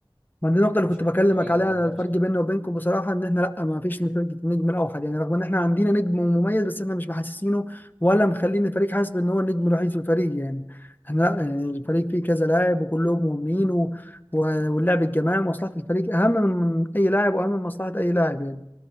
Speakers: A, on the left (about 20°); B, in the centre.
A: ما دي النقطه اللي
B: مش
A: كنت بكلمك
B: متعين
A: عليها
B: أنا
A: الفرق
B: نفسي
A: بيننا
B: على
A: وبينكم
B: ده
A: بصراحه ان احنا لا ما فيش فرقه النجم الاوحد يعني رغم ان احنا عندنا نجم مميز بس احنا مش محسسينه ولا مخلين الفريق حاسس بان هو النجم الوحيد في الفريق يعني احنا لا يعني الفريق فيه كذا لاعب وكلهم مهمين و... و... واللعب الجماعي مصلحه الفريق اهم من اي لاعب واهم من مصلحه اي لاعب يعني